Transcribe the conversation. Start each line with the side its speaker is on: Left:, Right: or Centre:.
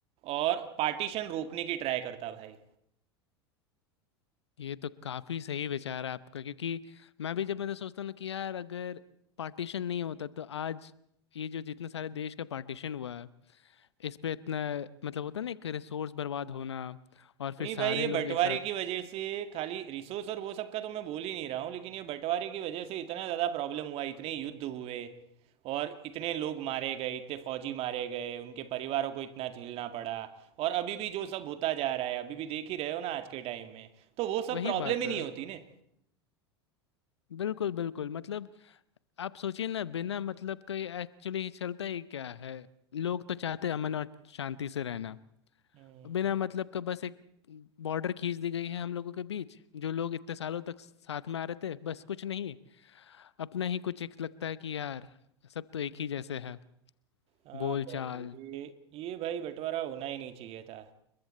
Right: और पार्टीशन रोकने की ट्राई करता भाई
Left: ये तो काफी सही विचार है आपका क्योंकि मैं भी जब मैं तो सोचता हूँ ना कि यार अगर पार्टीशन नहीं होता तो आज ये जो जितने सारे देश का पार्टीशन हुआ है इस पे इतना मतलब होता है ना एक रिसोर्स बर्बाद होना और फिर
Right: नहीं
Left: सारे
Right: भाई ये
Left: लोग
Right: बंटवारे
Left: एक साथ
Right: की वजह से खाली रिसोर्स और वो सब का तो मैं बोल ही नहीं रहा हूँ लेकिन ये बंटवारे की वजह से इतना ज़्यादा प्रॉब्लम हुआ इतने युद्ध हुए और इतने लोग मारे गए इतने फौजी मारे गए उनके परिवारों को इतना झेलना पड़ा और अभी भी जो सब होता जा रहा है अभी भी देख ही रहे हो ना आज के टाइम में तो वो सब
Left: वही
Right: प्रॉब्लम
Left: बात
Right: ही नहीं
Left: है
Right: होती ने
Left: बिल्कुल बिल्कुल मतलब आप सोचिए ना बिना मतलब का ये एक्चुअली चलता ही क्या है लोग तो चाहते हैं अमन और शांति से रहना
Right: हम्म,
Left: बिना मतलब का बस एक बॉर्डर खींच दी गई है हम लोगों के बीच जो लोग इतने सालों तक साथ में आ रहे थे बस कुछ नहीं अपना ही कुछ एक लगता है कि यार सब तो एक ही जैसे है
Right: हाँ
Left: बोल चाल
Right: भाई ये ये भाई बंटवारा होना ही नहीं चाहिए था